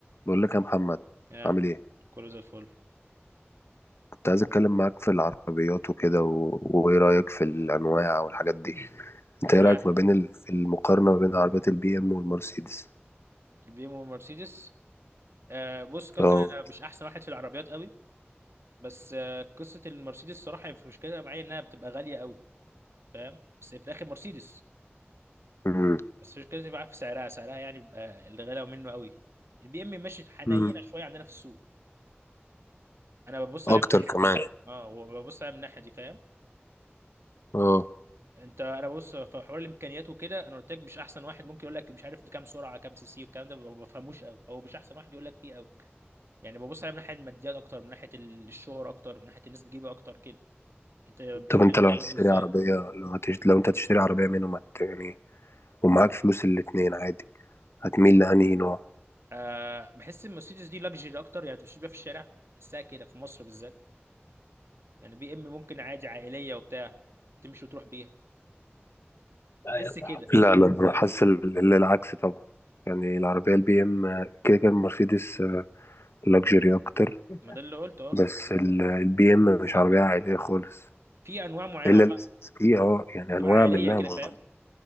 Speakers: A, on the left (about 70°); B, on the right (about 75°).
A: بقول لك يا محمد
B: يا
A: عامل
B: احمد
A: ايه
B: كله زي الفل
A: كنت عايز اتكلم معاك في العربيات وكده و... وايه رايك في الانواع والحاجات دي انت
B: انا
A: ايه رايك
B: يا
A: ما بين ال... في المقارنه ما بين عربيات البي ام والمرسيدس
B: البي ام والمرسيدس آه بص كده
A: اه
B: كده انا مش احسن واحد في العربيات قوي بس آه قصه المرسيدس الصراحه في مشكله معايا انها بتبقى غاليه قوي فاهم بس هي في الاخر مرسيدس
A: امم
B: بس مش كده معاك في سعرها سعرها يعني بيبقى اللي غلاوه منه قوي البي ام ماشي حنينه
A: مم.
B: شويه عندنا في السوق انا ببص
A: اكتر
B: عليها من الناحيه
A: كمان
B: دي اه وببص عليها من الناحيه دي فاهم
A: اه
B: انت انا ببص في حوار الامكانيات وكده انا قلت لك مش احسن واحد ممكن يقول لك مش عارف كام سرعه كام سي سي والكلام ده ما بفهموش قوي او مش احسن واحد يقول لك فيه قوي يعني ببص عليها من ناحيه الماديات اكتر من ناحيه ال- الشهر اكتر من ناحيه الناس بتجيبها اكتر كده انت بتشوف
A: طب انت
B: إيه الفرق
A: لو هتشتري
B: بينهم ازاي
A: عربيه لو هتش... لو انت هتشتري عربيه منهم هت... يعني ومعاك فلوس الاتنين عادي هتميل لانهي نوع
B: آه بحس ان المرسيدس دي لاكجري اكتر يعني تمشي بيها في الشارع بحسها كده في مصر بالذات يعني بي ام ممكن عادي عائليه وبتاع تمشي وتروح بيها
A: لا
B: بحس كده
A: لا انا حاسس ال- ال- العكس طبعا يعني العربيه البي ام كده كان مرسيدس لكجري اكتر
B: ما ده اللي قلته اه
A: بس البي ام مش عربية عائلية خالص
B: في انواع معينه
A: الا
B: والله
A: ال- في
B: يعني
A: اه يعني
B: بتبقى
A: انواع
B: عائليه
A: منها
B: كده
A: م-
B: فاهم